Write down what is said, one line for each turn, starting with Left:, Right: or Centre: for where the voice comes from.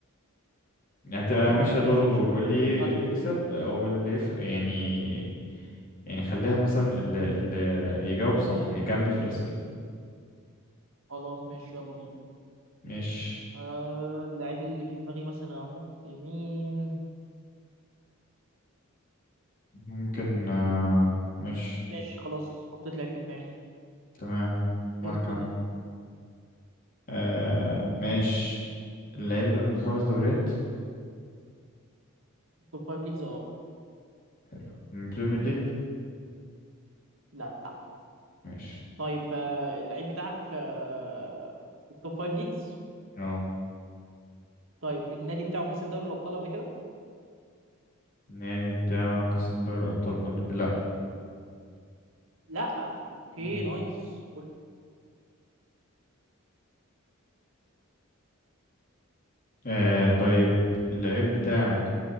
Left: هتبقى
Right: خلاص
Left: ماشية
Right: ماشي
Left: دور ودور
Right: قشطة
Left: واللي
Right: فكرت
Left: اللي يكسب او اللي يف... يعني يعني خليها مثلا اللي, اللي يجاوب صح يكمل في الأسئلة
Right: خلاص ماشي يلا بينا
Left: مش
Right: آه اللعيب اللي في دماغي مثلا احط مين
Left: ممكن آه، مش
Right: ماشي خلاص حطيت لعيب في دماغي
Left: تمام وانا
Right: ابتدي
Left: كمان
Right: انت.
Left: آه مش اللي هيبدأ من خمس دوريات
Right: توب فايف ليجز اه
Left: حلو من بريمير ليج
Right: لا
Left: ماشي
Right: طيب آه اللعيب بتاعك آه في التوب فايف ليجز
Left: اه
Right: طيب النادي بتاعه كسب دوري الابطال قبل كده
Left: النادي بتاعه كسب دوري الأبطال قبل كده لأ
Right: لا اوكي
Left: مم.
Right: نايس
Left: آه طيب اللعيب بتاعك